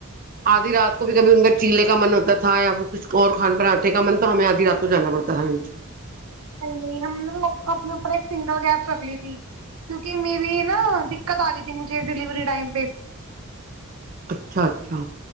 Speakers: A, on the right; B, on the right.
A: آدھی رات کو بھی کبھی ان کا چیلے کا من ہوتا تھا یا پھر کچھ اور کھان پراٹھے کا من تو ہمیں آدھی رات کو جانا پڑتا تھا نیچے
B: نہیں نہیں ہم نے تو اپنے اوپر ایک سنگل گیس رکھ لی تھی کیونکہ میری نا دقت آ گئی تھی مجھے ڈیلیوری ٹائم پہ
A: اچھا اچھا